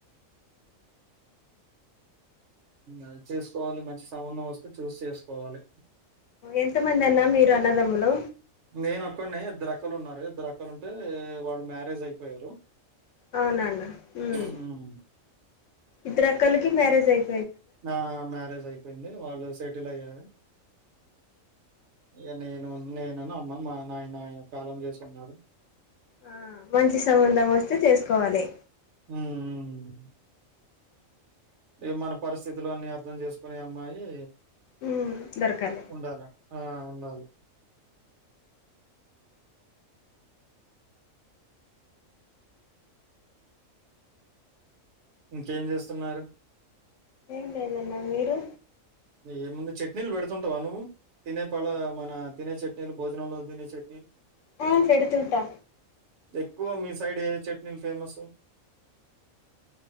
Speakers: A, on the right; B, on the left.
A: అ చేసుకోవాలి మంచి సంబంధం వస్తే చూసి చేసుకోవాలి
B: ఎంత మంది అన్న మీరు అన్నదమ్ములు
A: నేనొక్కడినే ఇద్దరు అక్కలు ఉన్నారు ఇద్దరక్కలు ఉంటే వాళ్ళు మ్యారేజ్ అయిపోయారు
B: అవునాన్న మ్మ్
A: హ్మ్.
B: ఇద్దరు అక్కలికి మ్యారేజ్ అయి
A: ఆ మ్యారేజ్ అయిపోయింది వాళ్ళు సెటిల్ అయ్యారు ఇగ నేను నేను ను అమ్మ మా నాయన కాలం చేసి ఉన్నారు
B: ఆ మంచి సంబంధం వస్తే చేసుకోవాలి
A: మ్మ్ హ్మ్ హ్ ఇగ మన పరిస్థితులు అన్నీ అర్థం చేసుకునే అమ్మాయి
B: ఉమ్ దొరకాలి
A: ఉండాల. ఆ ఉండాలి ఇంకేం చేస్తున్నారు
B: ఏం లేదు అన్నా మీరు
A: ఏముంది చట్నీలు పెడుతుంటావా నువ్వు తినే పళ్ళ మన తినే చట్నీలు భోజనంలో తినే చట్నీ
B: ఆ పెడుతుంటా
A: ఎక్కువ మీ సైడ్ ఏ చట్నీలు ఫేమస్